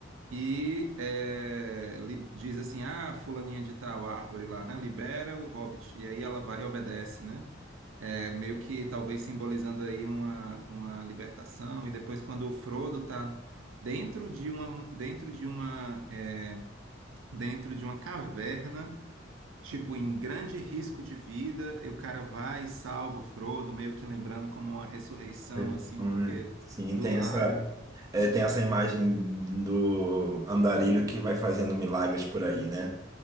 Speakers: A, on the right; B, on the right.
A: e é, li- diz assim, ah, fulaninha de tal árvore lá, né, libera o Hobbit, e aí ela vai e obedece, né, é, meio que talvez simbolizando aí uma, uma libertação, e depois quando o Frodo tá dentro de uma, dentro de uma, é, dentro de uma caverna, Tipo, em grande risco de vida, e o cara vai e salva o Frodo, meio que lembrando como uma ressurreição,
B: Sim.
A: assim,
B: Então,
A: porque
B: né? Sim,
A: do
B: tem
A: Lázaro.
B: essa, é, tem essa imagem do andarilho que vai fazendo milagres por aí, né?